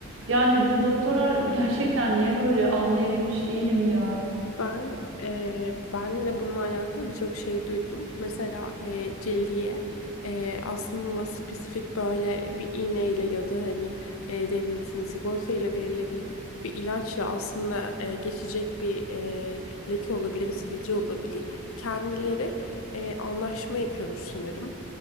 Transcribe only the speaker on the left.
Ben eee ben de bununla alakalı birçok şey duydum. Mesela eee cildiye eee, aslında spesifik böyle bir iğneyle ya da hani eee, devletin sigorta ile verilebilir bir ilaçla aslında eee, geçecek bir eee, leke olabilir, sivilce olabilir. Kendileri eee, anlaşma yapıyormuş sanırım.